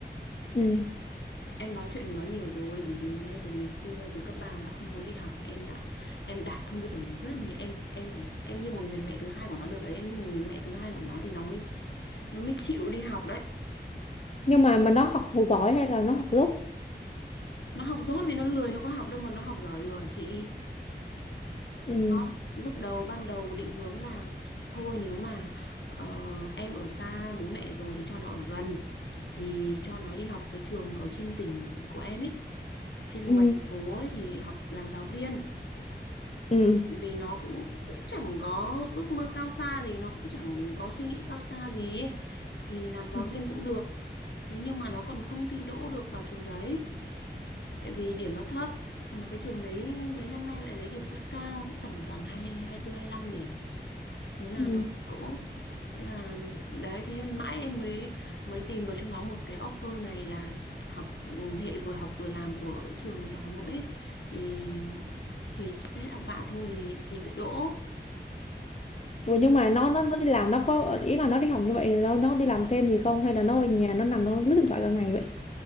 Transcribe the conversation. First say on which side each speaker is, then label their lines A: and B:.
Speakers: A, on the left (about 35°); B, on the left (about 75°).
A: Ừ.
B: Em nói chuyện với nó nhiều rồi bởi vì ngay từ ngày xưa từ cấp 3 nó đã không muốn đi học là em đã em đã thông tư tưởng nó rất nhiều em em phải em như một người mẹ thứ hai của nó được đấy em như một người mẹ thứ hai của nó thì nó mới nó mới chịu đi học đấy
A: nhưng mà mà nó học giỏi hay là nó học dốt
B: nó học dốt vì nó lười nó có học đâu mà nó học giỏi được hả chị
A: ừ.
B: nó lúc đầu ban đầu định hướng là thôi nếu mà ờ, em ở xa bố mẹ rồi thì cho nó ở gần thì cho nó đi học cái trường ở trên tỉnh của em ấy trên ngoài
A: Ừ.
B: thành phố ấy thì học làm giáo viên
A: Ừ.
B: vì nó cũng cũng chẳng có ước mơ cao xa gì nó cũng chẳng có suy nghĩ cao xa gì ấy. thì làm giáo
A: Ừ.
B: viên cũng được thế nhưng mà nó còn không thi đỗ được vào trường đấy tại vì điểm nó thấp là cái trường đấy mấy năm nay lại lấy điểm rất cao cũng tầm toàn hai hai tư hai lăm điểm thế là
A: Ừ.
B: nó không đỗ thế là đấy thế mãi em mới mới tìm được cho nó một cái offer này là học ừ, hệ vừa học vừa làm của trường Đại học Hà Nội ấy. thì thì xét học bạ thôi thì thì đỗ
A: Ủa nhưng mà nó nó nó đi làm nó có ý là nó đi học như vậy thì nó nó đi làm thêm gì không hay là nó ở nhà nó nằm nó lướt điện thoại cả ngày vậy?